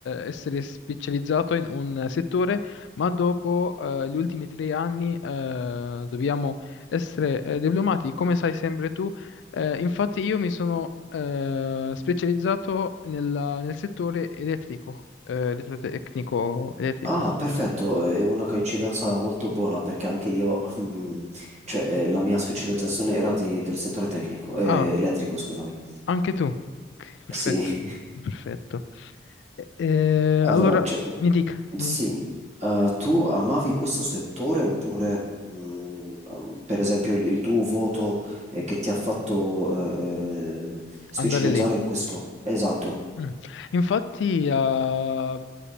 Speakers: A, on the left; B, on the right.
A: essere specializzato in un settore, ma dopo eh, gli ultimi tre anni eh, dobbiamo essere eh, diplomati, come sai sempre tu, eh, infatti io mi sono eh, specializzato nella- nel settore elettrico, eh, elettrotecnico elettrico.
B: Ah, perfetto, è una coincidenza molto buona perché anche io, mm, cioè eh, la mia specializzazione era di- del settore tecnico, eh,
A: Ah,
B: elettrico, scusami.
A: anche tu. Ok, Perfetto,
B: Sì, <laughs>
A: perfetto. Eh, eh,
B: allora,
A: allora
B: cioè, mm,
A: mi dica,
B: sì,
A: mi dica,
B: Eh, tu amavi questo settore oppure, mm, ehm, per esempio, il, il tuo voto eh, che ti ha fatto eh, eh, specializzare
A: andare lì.
B: in questo? Esatto,
A: Mm. Infatti, eh,